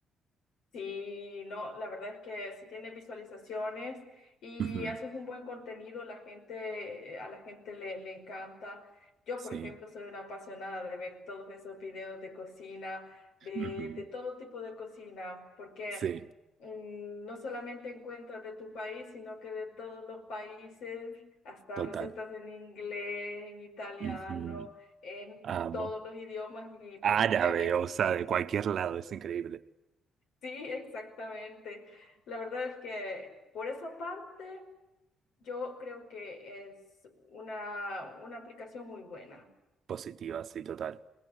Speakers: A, on the left; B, on the right.
A: Sí, no, la verdad es que si tienes visualizaciones y
B: Ujú,
A: haces un buen contenido, la gente, eh, a la gente le, le encanta. Yo,
B: Sí,
A: por ejemplo, soy una apasionada de ver todos esos videos de cocina, de,
B: ujú,
A: de todo tipo de cocina, porque
B: sí,
A: mm, no solamente encuentras de tu país, sino que de todos los países, hasta
B: total.
A: recetas en inglés, en italiano,
B: Ujú,
A: en
B: Amo.
A: todos los idiomas, y pues
B: Árabe,
A: ya ves.
B: o sea, de cualquier lado, es increíble.
A: Sí, exactamente. La verdad es que por esa parte yo creo que es una, una aplicación muy buena.
B: Positiva, sí, total.